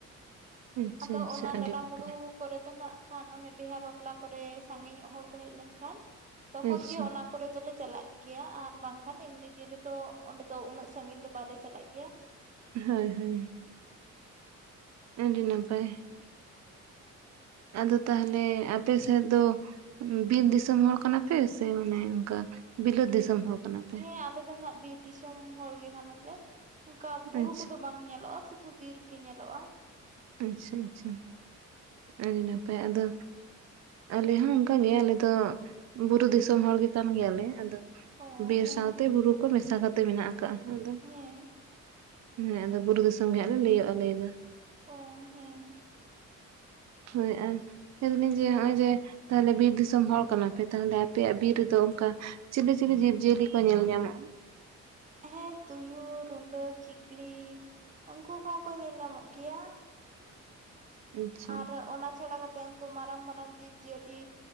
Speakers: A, on the right; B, on the right.
A: ᱟᱪᱪᱷᱟ
B: ᱟᱫᱚ
A: ᱟᱪᱪᱷᱟ
B: ᱚᱱᱟ
A: ᱟᱹᱰᱤ
B: ᱜᱟᱰᱟ
A: ᱱᱟᱯᱟᱭ
B: ᱢᱩᱸᱰᱩ ᱠᱚᱨᱮ ᱫᱚ ᱱᱟᱜ ᱠᱷᱟᱱ ᱚᱱᱮ ᱵᱤᱦᱟᱹ ᱵᱟᱯᱞᱟ ᱠᱚᱨᱮ ᱥᱟᱺᱜᱤ ᱧᱚᱜ ᱦᱚᱲ ᱠᱚ ᱦᱮᱡ ᱞᱮᱱ ᱠᱷᱟᱱ ᱛᱚᱠᱷᱚᱱ
A: ᱟᱪᱪᱷᱟ
B: ᱜᱮ ᱚᱱᱟ ᱠᱚᱨᱮ ᱫᱚᱞᱮ ᱪᱟᱞᱟᱜ ᱜᱮᱭᱟ ᱟᱨ ᱵᱟᱝᱠᱷᱟᱱ ᱮᱢᱱᱤ ᱫᱤᱱ ᱨᱮᱫᱚ ᱚᱸᱰᱮ ᱫᱚ ᱩᱱᱟᱹᱜ ᱥᱟᱺᱜᱤᱧ ᱫᱚ ᱵᱟᱞᱮ ᱪᱟᱞᱟᱜ ᱜᱮᱭᱟ᱾
A: ᱦᱳᱭ ᱦᱳᱭ ᱟᱹᱰᱤ ᱱᱟᱯᱟᱭ ᱟᱫᱚ ᱛᱟᱦᱚᱞᱮ ᱟᱯᱮ ᱥᱮᱫ ᱫᱚ ᱵᱤᱨ ᱫᱤᱥᱚᱢ ᱦᱚᱲ ᱠᱟᱱᱟ ᱯᱮ ᱥᱮ ᱚᱱᱠᱟ ᱵᱤᱞᱟᱹᱛ ᱫᱤᱥᱚᱢ ᱦᱚᱲ? ᱠᱟᱱᱟ ᱯᱮ
B: ᱦᱳᱭ ᱟᱞᱮ ᱫᱚ ᱱᱟᱜ ᱵᱤᱨ ᱫᱤᱥᱚᱢ ᱦᱚᱲ ᱜᱮ ᱠᱟᱱᱟᱞᱮ᱾ ᱚᱱᱠᱟ ᱵᱩᱨᱩ
A: ᱟᱪᱪᱷᱟ
B: ᱠᱚᱫᱚ ᱵᱟᱝ ᱧᱮᱞᱚᱜ-ᱟ ᱥᱩᱫᱷᱩ ᱵᱤᱨ ᱜᱮ ᱧᱮᱞᱚᱜ-ᱟ᱾
A: ᱟᱪᱪᱷᱟ ᱟᱪᱪᱷᱟ ᱟᱹᱰᱤ ᱱᱟᱯᱟᱭ ᱟᱫᱚ ᱟᱞᱮ ᱦᱚᱸ ᱚᱱᱠᱟ ᱜᱮ ᱟᱞᱮ ᱫᱚ ᱵᱩᱨᱩ ᱫᱤᱥᱚᱢ ᱦᱚᱲ ᱜᱮ ᱠᱟᱱ ᱜᱮᱭᱟᱞᱮ ᱟᱫᱚ᱾
B: ᱚ
A: ᱵᱤᱨ
B: ᱦᱮᱸ
A: ᱥᱟᱶᱛᱮ ᱵᱩᱨᱩ ᱠᱚ ᱢᱮᱥᱟ ᱠᱟᱛᱮᱜ ᱢᱮᱱᱟᱜ ᱟᱠᱟᱜ-ᱟ ᱟᱫᱚ᱾
B: ᱦᱮᱸ
A: ᱦᱮᱸ ᱟᱫᱚ ᱵᱩᱨᱩ ᱫᱤᱥᱚᱢ ᱜᱮ ᱦᱟᱸᱜ ᱞᱮ ᱞᱟᱹᱭᱟᱹᱜ-ᱟ ᱞᱟᱹᱭ ᱫᱚ᱾
B: ᱚ ᱦᱮᱸ
A: ᱦᱳᱭ ᱟᱨ ᱢᱮᱱ ᱫᱟᱞᱤᱧ ᱡᱮ ᱱᱚᱜ-ᱚᱭ ᱡᱮ ᱛᱟᱦᱚᱞᱮ ᱵᱤᱨ ᱫᱤᱥᱚᱢ ᱦᱚᱲ ᱠᱟᱱᱟᱯᱮ ᱛᱟᱦᱚᱞᱮ ᱟᱯᱮᱭᱟᱜ ᱵᱤᱨ ᱨᱮᱫᱚ ᱚᱱᱠᱟ ᱪᱤᱞᱤ ᱪᱤᱞᱤ ᱡᱤᱵᱽ ᱡᱤᱭᱟᱹᱞᱤ ᱠᱚ ᱧᱮᱞ ᱧᱟᱢᱚᱜ-ᱟ?
B: ᱦᱮᱸ ᱛᱩᱭᱩ, ᱨᱩᱸᱰᱟᱹ, ᱠᱷᱤᱠᱲᱤ ᱩᱱᱠᱩ ᱠᱚᱦᱚᱸ ᱠᱚ ᱧᱮᱞ ᱧᱟᱢᱚᱜ ᱜᱮᱭᱟ᱾
A: ᱟᱪᱪᱷᱟ
B: ᱟᱨ
A: ᱟᱪᱪᱷᱟ
B: ᱚᱱᱟ ᱪᱷᱟᱰᱟ ᱠᱟᱛᱮᱫ ᱩᱱᱠᱩ ᱢᱟᱨᱟᱝ ᱢᱟᱨᱟᱝ ᱡᱤᱵᱽᱡᱤᱭᱟᱹᱞᱤ